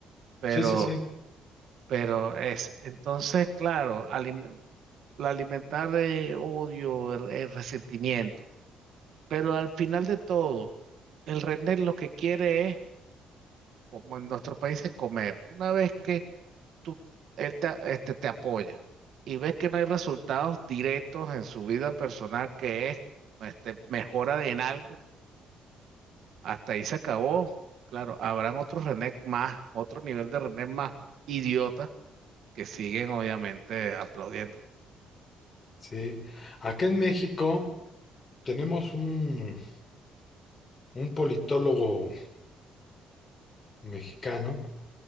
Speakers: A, on the right; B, on the left.
A: Pero,
B: sí, sí, sí,
A: pero es. Entonces, claro, alime- la alimentar eh, odio, el, el resentimiento. Pero al final de todo, el redneck lo que quiere es como en nuestro país es comer. Una vez que tú, él te, este, te apoya y ves que no hay resultados directos en su vida personal, que es este, mejora en algo, hasta ahí se acabó. Claro, habrán otros René más, otro nivel de René más idiota que siguen obviamente aplaudiendo.
B: sí. Acá en México tenemos un, un politólogo mexicano